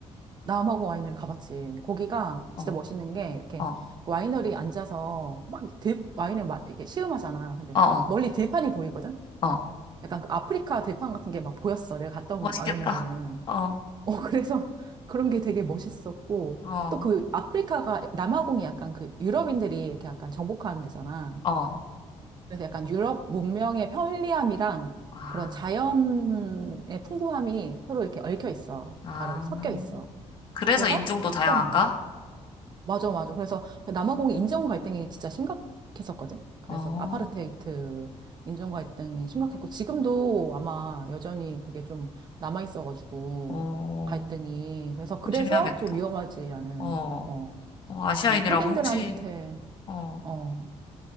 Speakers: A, on the right; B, on the left.
A: 남아공 와이너리 가봤지. 거기가
B: 어,
A: 진짜 멋있는 게 이렇게
B: 어,
A: 와이너리 앉아서 막 들, 와인을 막 이렇게 시음하잖아. 근데
B: 어, 어.
A: 멀리 들판이 보이거든?
B: 어.
A: 약간 그 아프리카 들판 같은 게 막 보였어. 내가 갔다 온
B: 멋있겠다.
A: 와이너리는.
B: 어,
A: 어, 그래서 <laughs> 그런 게 되게 멋있었고.
B: 어,
A: 또 그 아프리카가, 남아공이 약간 그 유럽인들이 이렇게 약간 정복하는 데잖아.
B: 어.
A: 그래서 약간 유럽 문명의 편리함이랑
B: 아,
A: 그런 자연의 풍부함이 서로 이렇게 얽혀 있어.
B: 아.
A: 가로 섞여 있어.
B: 그래서
A: 그래서
B: 인종도 다양한가?
A: 약간 맞아, 맞아. 그래서 남아공이 인종 갈등이 진짜 심각했었거든. 그래서
B: 어,
A: 아파르테이트 인종 갈등이 심각했고, 지금도 아마 여전히 그게 좀 남아있어가지고,
B: 어.
A: 갈등이. 그래서, 그래서
B: 조심해야겠다.
A: 좀 위험하지 않은,
B: 어,
A: 어,
B: 어, 아시아인이라고
A: 뭐냐, 흑인들한테,
B: 혹시, 어,
A: 어,